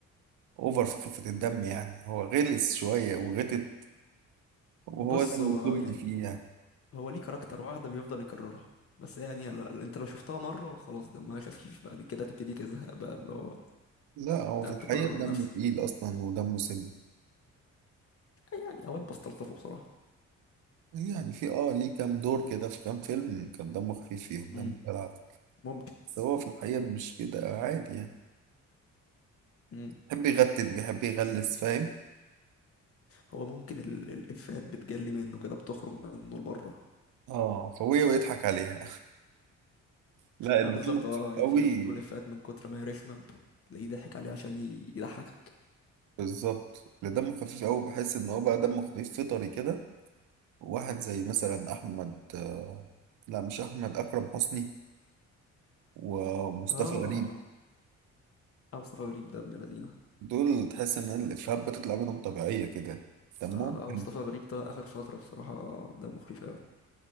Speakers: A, on the right (about 80°); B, on the left (about 50°).
A: اوفر في خفة الدم يعني هو غلس شوية وغتت وهو
B: بص
A: ده الكوميدي
B: هو يعني
A: فيه يعني
B: هو ليه كاركتر واحدة بيفضل يكررها بس يعني لا- لا، انت لو شفتها مرة خلاص دمها خفيف بعد كده تبتدي تزهق بقى اللي هو
A: لا هو
B: تقعد
A: في الحقيقة
B: تكرر
A: دمه
B: نفسك
A: تقيل أصلا ودمه سم
B: يعني اوقات بستلطفه بصراحة
A: يعني في اه ليه كام دور كده في كام فيلم كان دمه خفيف فيهم دمه
B: امم
A: جدع
B: ممكن
A: بس هو في الحقيقة مش كده عادي يعني
B: امم
A: بيحب يغتت بيحب يغلس فاهم
B: هو ممكن ال- الافيهات بتجلي منه كده بتخرج منه لبره
A: اه عفوية ويضحك عليها <laughs> لا اللي
B: اه بالظبط
A: دمه
B: اه
A: خفيف
B: يعني
A: قوي
B: في ناس بتقول افيهات من كتر ما هي رخمة ب- تلاقيه ضحك عليها عشان ي- يضحكك
A: بالظبط اللي دمه خفيف قوي بحس ان هو بقى دمه خفيف فطري كده واحد زي مثلا احمد آه، لا مش احمد اكرم حسني ومصطفى
B: اه
A: غريب
B: اه مصطفى غريب ده ابن لذينه
A: دول تحس ان الافيهات بتطلع منهم طبيعيه كده دمهم
B: اه لا
A: حلو.
B: مصطفى غريب طلع اخر فترة بصراحة ده مخيف اوي